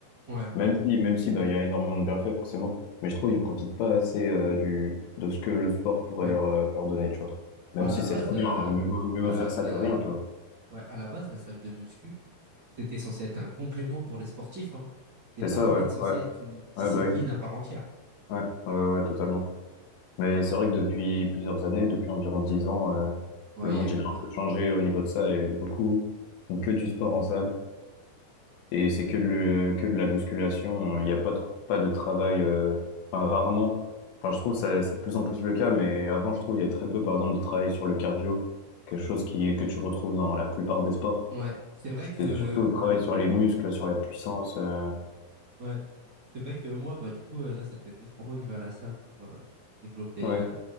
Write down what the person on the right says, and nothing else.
Ouais,
ouais.
Bah,
à
la base,
euh,
la,
la,
ouais, à la base, la salle de muscu, c'était censé être un complément pour les sportifs, hein. C'était
pas
être
censé
être une discipline
à part entière.
Ouais,
il y a eu
une
mode.
Ouais, c'est vrai que
Ouais, c'est vrai que moi, bah, du coup, euh, là, ça fait deux, trois mois que je vais à la salle pour euh, développer
euh,